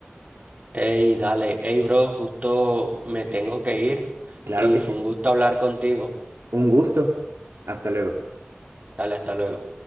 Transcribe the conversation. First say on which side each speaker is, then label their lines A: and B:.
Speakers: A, on the right (about 35°); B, on the right (about 80°).
A: Ey, dale. Ey, bro, justo me tengo que ir
B: Claro
A: y
B: que
A: fue
B: sí.
A: un gusto hablar contigo.
B: Un gusto. Hasta luego.
A: Dale, hasta luego.